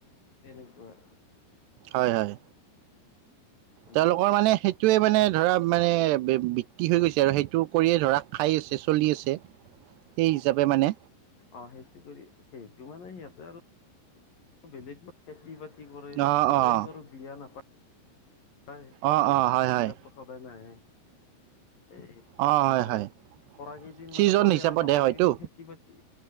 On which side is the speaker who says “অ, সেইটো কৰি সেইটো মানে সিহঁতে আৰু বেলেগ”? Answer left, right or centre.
Left